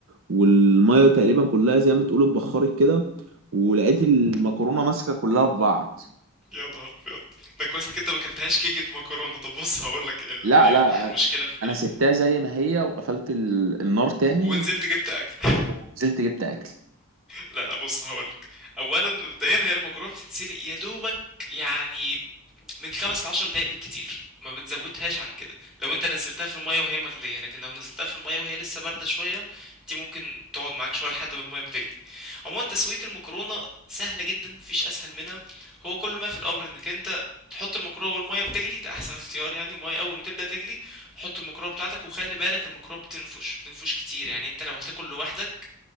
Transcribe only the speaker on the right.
والمية تقريبا كلها زي ما تقول اتبخرت كده ولقيت المكرونة ماسكة كلها في بعض
لا
لا
أنا
سبتها زي ما هي وقفلت ال- النار تاني
ونزلت جبت أكل